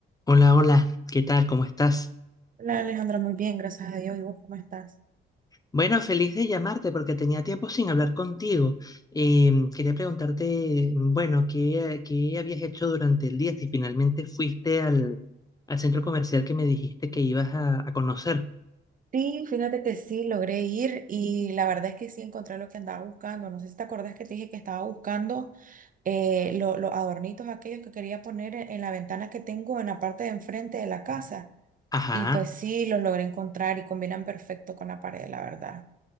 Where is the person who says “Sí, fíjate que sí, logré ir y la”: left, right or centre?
Right